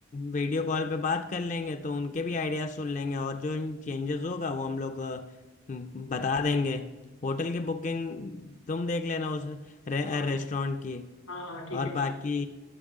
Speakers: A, on the left (about 35°); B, on the left (about 85°).
A: वीडियो कॉल पे बात कर लेंगे तो उनके भी आइडियाज सुन लेंगे और जो चेंजेस होगा वो हम लोग अ, बता देंगे होटल की बुकिंग तुम देख लेना उस रे,
B: हाँ
A: रेस्टोरेंट की
B: हाँ हाँ, ठीक
A: और
B: है
A: बाकी